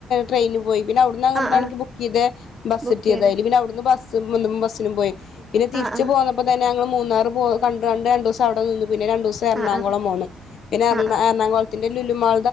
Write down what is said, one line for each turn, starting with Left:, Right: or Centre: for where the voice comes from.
Left: ടെയിന് പോയി പിന്നെ അവിടുന്ന് അങ്ങട്ടാണ്ണനിക്ക്
Right: ആഹ് ആഹ്
Left: ബുക്ക് ചെയ്ത് ബസ്
Right: ബുക്ക്
Left: എത്തിയത്ായതില്
Right: ചെയ്ത്
Left: പിന്നെ അവിടുന്ന് ബ ബസ്സിനും പോയി പിന്നെ തിരിച്ച്ു
Right: ആഹ് ആഹ്
Left: പോകന്നപ്പോ തന്നെ ഞങ്ങൾ മൂന്നാറ് പോ ക കണ്ട് രണ്ട ദിവസം അവിടെ നി പിന്നെ രണ്ടു ദിവസം എറണാകുളം
Right: ആഹ് ആഹ്
Left: പോകു പിന്നെറാ
Right: ആഹ് ആഹ്
Left: എറണാകുളന്റെ ലുലുമാ